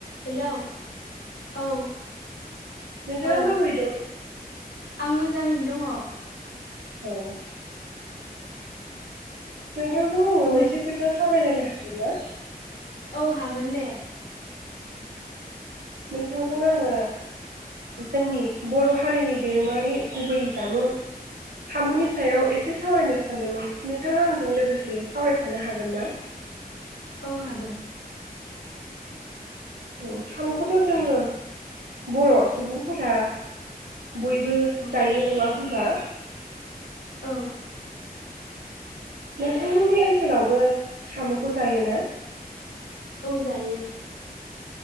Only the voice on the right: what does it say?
नोंथाङा
माबोरै दं
औ नोंथां खौ आङो
मोनसे खोथा सावरायलायनो हागोन ना?
नोंथांजों आङो जोंनि बर' हारिनि दोरोङारि गुबै जामुं सामुनि सायाव एसे सावरायनो सानदोंमोन नोंथाङा आंजों लोगोसे सावरायफानो हागोन ना?
औ साम'खौथ' जोङो बर' सुबुंफोरा बयबो
जायो नङा होमबा?
नोंथांमोननि ओनसोलावबो साम'खौ जायोना?